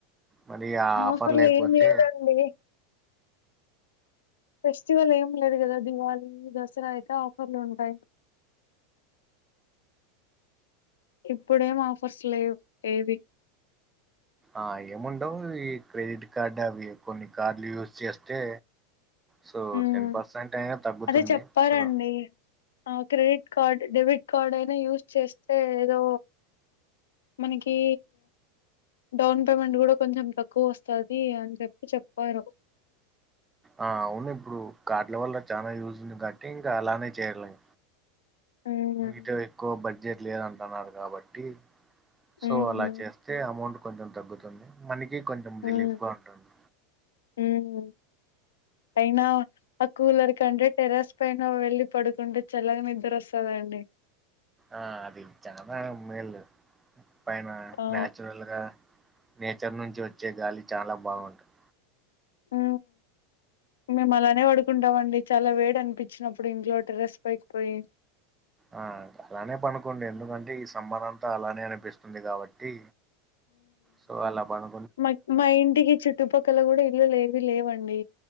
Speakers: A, on the right; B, on the left.
A: మరి ఆ ఆఫర్
B: ఆఫర్లు
A: లేకపోతే
B: ఏం లేదండి ఫెస్టివల్ ఏం లేదు గదా దివళి ఉ దసరా అయితే ఆఫర్లుంటాయ్ ఇప్పుడేం ఆఫర్స్ లేవ్ ఏవి
A: ఆ ఏముండవు ఈ క్రెడిట్ కార్డు అవి కొన్ని కార్డులు యూజ్ చేస్తే సో
B: ఉమ్
A: టెన్ పర్సెంట్ అయినా తగ్గుతుంది
B: అదే చెప్పారండి
A: సో
B: ఆ క్రెడిట్ కార్డ్ డెబిట్ కార్డ్ అయినా యూస్ చేస్తే ఏదో మనకి డౌన్ పేమెంట్ కూడా కొంచెం తక్కువ వస్తుంది అని చెప్పి చెప్పారు
A: ఆ అవును ఇప్పుడు కాడ్ల వల్ల చాలా యూజ్ ఉంది కాబట్టి ఇంకా అలానే చేయలిం
B: మ్మ్
A: మీతో ఎక్కువ బడ్జెట్ లేదంటున్నారు కాబట్టి
B: మ్మ్
A: సో అలా చేస్తే అమౌంట్ కొంచెం తగ్గుతుంది మనకి <unintelligible> కొంచం
B: మ్మ్
A: రిలీఫ్ గా ఉంటుంది
B: మ్మ్ అయినా ఆ కూలర్ కంటే టెరస్ పైన వెళ్ళి పడుకుంటే చల్లగా నిద్ర వస్తదండి
A: ఆ అది చాలా మేలు పైన
B: ఆ
A: నాచ్చురల్ గా నేచర్ నుంచి వచ్చే గాలి చాలా బాగుంటాయ్
B: ఆ మేము అలానే పడుకుంటాం అండి చాలా వేడి అనిపించినప్పుడు ఇంట్లో టెర్రస్ పైకిపోయి
A: ఆ అలానే పనుకోండి ఎందుకంటే ఈ సమ్మర్ అంతా అలానే అనిపిస్తుంది కాబట్టి సో అలా పను
B: మ మా ఇంటికి చుట్టుపక్కల గుడా ఇల్లులు ఏవి లేవండి